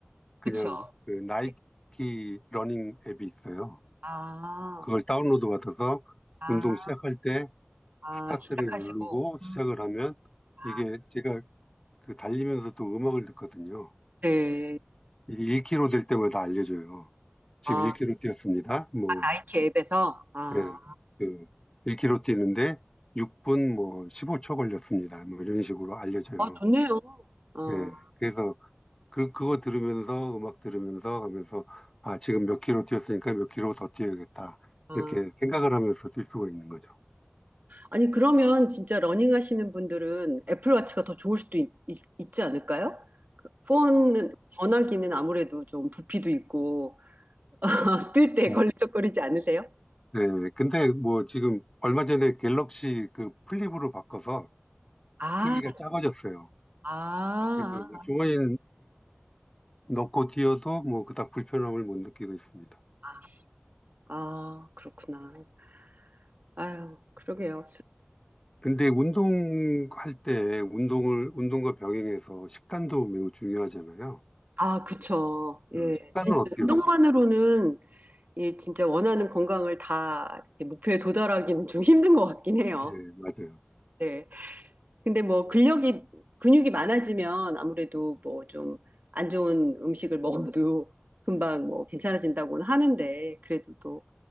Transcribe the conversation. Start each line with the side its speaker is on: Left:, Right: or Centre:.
Left: 그냥
Right: 그쵸.
Left: 그 나이키
Right: 네.
Left: 러닝 앱이 있어요.
Right: 아.
Left: 그걸 다운로드 받아서
Right: 아,
Left: 운동 시작할 때
Right: 아,
Left: 스타트를
Right: 시작하시고.
Left: 누르고 시작을
Right: 음.
Left: 하면
Right: 아,
Left: 이게 제가 그 달리면서도 음악을 듣거든요.
Right: 네.
Left: 이게 1km 될 때마다 알려줘요. 지금
Right: 아,
Left: 1km 뛰었습니다. 뭐
Right: 아, 나이키 앱에서. 아,
Left: 예, 그 1km 뛰는데 6분 뭐 15초 걸렸습니다. 뭐 이런 식으로 알려져요.
Right: 아, 좋네요. 어,
Left: 예, 그래서 그 그거 들으면서 음악 들으면서 하면서 아 지금 몇 킬로 뛰었으니까 몇 킬로 더 뛰어야겠다
Right: 아.
Left: 이렇게 생각을 하면서 뛸 수가 있는 거죠.
Right: 아니, 그러면 진짜 러닝 하시는 분들은 애플워치가 더 좋을 수도 있, 있, 있지 않을까요? 그 폰, 전화기는 아무래도 좀 부피도 있고, <laughs> 뜰 때
Left: 뭐,
Right: 걸리적거리지 않으세요?
Left: 예, 근데 뭐 지금 얼마 전에 갤럭시 그 플립으로 바꿔서
Right: 아,
Left: 크기가 작아졌어요.
Right: 아,
Left: 그래서 뭐 주머니 넣고 뛰어도 뭐 그닥 불편함을 못 느끼고 있습니다.
Right: 아, 아, 그렇구나. 아유, 그러게요.
Left: 근데 운동할 때 운동을 운동과 병행해서 식단도 매우 중요하잖아요.
Right: 아, 그쵸. 예.
Left: 음, 식단은
Right: 진짜
Left: 어떻게
Right: 운동만으로는
Left: 관리해요?
Right: 이 진짜 원하는 건강을 다 이렇게 목표에 도달하기는 좀 힘든 것 같긴 해요.
Left: 예, 맞아요.
Right: 네. 근데 뭐 근력이, 근육이 많아지면 아무래도 뭐 좀 안 좋은 음식을 먹어도 금방 뭐 괜찮아진다고는 하는데 그래도 또